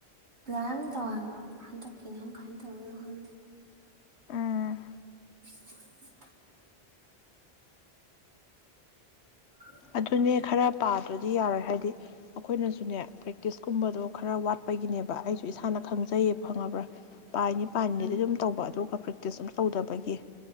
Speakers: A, on the right; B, on the left.
A: ꯄ꯭ꯂꯝ ꯇꯧꯑ ꯍꯥꯏꯕ ꯍꯟꯇꯛ ꯀꯤꯅ ꯀꯃꯥꯏꯟꯅ ꯇꯧꯗꯣꯏꯅꯣ ꯈꯪꯗꯦ
B: ꯎꯝ
A: <inaudible> ꯑꯥꯍ
B: ꯑꯗꯨꯅꯦ ꯈꯔ ꯄꯥꯗ꯭ꯔꯗꯤ ꯌꯥꯔꯣꯏ ꯍꯥꯏꯗꯤ ꯑꯩꯈꯣꯏꯅꯁꯨꯅꯦ ꯄ꯭ꯔꯦꯛꯇꯤꯁꯀꯨꯝꯕꯗꯣ ꯈꯔ ꯋꯥꯠꯄꯒꯤꯅꯦꯕ ꯑꯩꯁꯨ ꯏꯁꯥꯅ ꯈꯪꯖꯩꯌꯦꯕ ꯈꯪꯉꯕ꯭ꯔ ꯄꯥꯔꯤꯅꯤ ꯄꯥꯔꯤꯅꯤꯗꯤ
A: ꯎꯝ
B: ꯑꯗꯨꯝ ꯇꯧꯕ ꯑꯗꯨꯒ ꯄ꯭ꯔꯦꯛꯇꯤꯁ ꯑꯃꯇꯤ ꯇꯧꯗꯕꯒꯤ